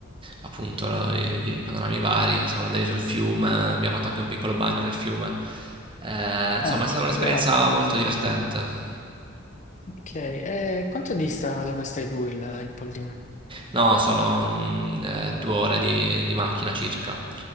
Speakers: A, on the right (about 25°); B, on the left (about 35°).
A: appunto la- i, i panorami vari. Siamo andati sul fiume, abbiamo fatto anche un piccolo bagno nel fiume. Eh, insomma,
B: Ah,
A: è stata
B: che figata.
A: un'esperienza molto divertente.
B: Ok, e quanto dista dove stai tu il, il pollino?
A: No, sono mm, eh, due ore di, di macchina circa.